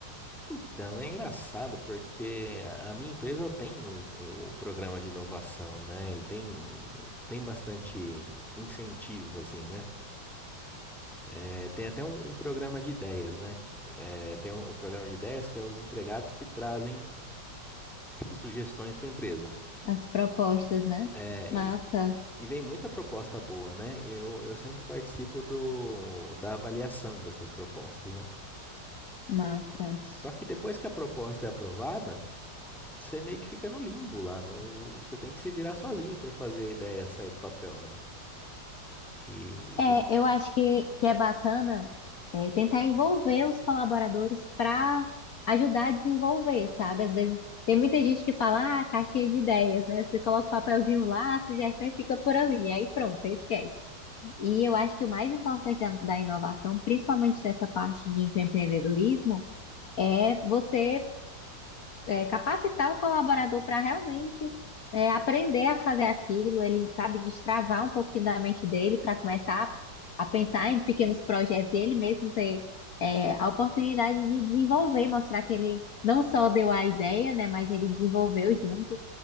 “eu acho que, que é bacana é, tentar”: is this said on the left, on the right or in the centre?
Left